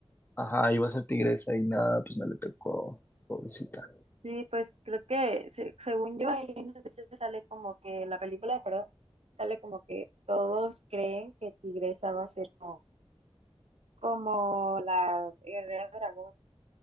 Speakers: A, on the left (about 20°); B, on the right (about 75°).
A: Ajá, iba a ser tigresa y nada, pues no le tocó, pobrecita.
B: Sí, pues creo que se- según yo ahí a veces sale como que la película, perdón, sale como que todos creen que Tigresa va a ser como, como la guerrera dragón